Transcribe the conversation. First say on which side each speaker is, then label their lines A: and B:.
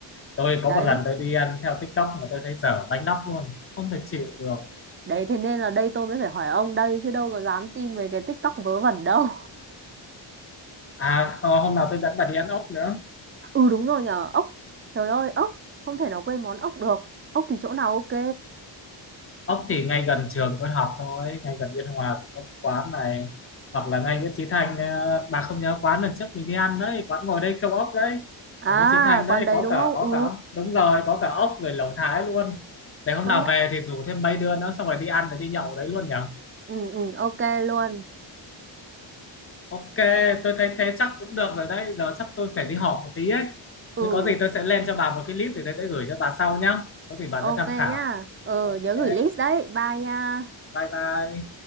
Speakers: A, on the left; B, on the right.
A: tôi có
B: Đấy.
A: một lần tôi đi ăn theo TikTok mà tôi thấy dở bánh nóc luôn không thể chịu được
B: Đấy thế nên là đây tôi mới phải hỏi ông đây chứ đâu có dám tin mấy cái TikTok vớ vẩn đâu. <laughs>
A: à hôm nào tôi dẫn bà đi ăn ốc nữa
B: Ừ đúng rồi nhờ, ốc. Trời ơi, ốc, không thể nào quên món ốc được. Ốc thì chỗ nào ok.
A: ốc thì ngay gần trường tôi học thôi ngay gần Biên Hòa cũng có một quán này hoặc là ngay Nguyễn Chí Thanh ờ, bà không nhớ quán lần trước mình đi ăn đấy quán ngồi đây khêu ốc đấy
B: À,
A: ở Nguyễn Chí Thanh đấy
B: quán đấy
A: có
B: đúng
A: cả
B: không?
A: có
B: Ừ,
A: cả đúng rồi có cả ốc rồi lẩu Thái luôn để hôm
B: công
A: nào
B: nhận.
A: về thì rủ thêm mấy đứa nữa xong rồi đi ăn rồi đi nhậu ở đấy luôn nhỉ
B: Ừ ừ ok luôn.
A: ok tôi thấy thế chắc cũng được rồi đấy giờ chắc tôi phải đi họp một tí ấy
B: Ừ,
A: nếu có gì tôi sẽ lên cho bà một cái list rồi tôi sẽ gửi cho bà sau nhá có gì bà
B: ok
A: sẽ tham khảo
B: nhá. Ừ,
A: ok
B: nhớ gửi list đấy. Bye nha.
A: bye bye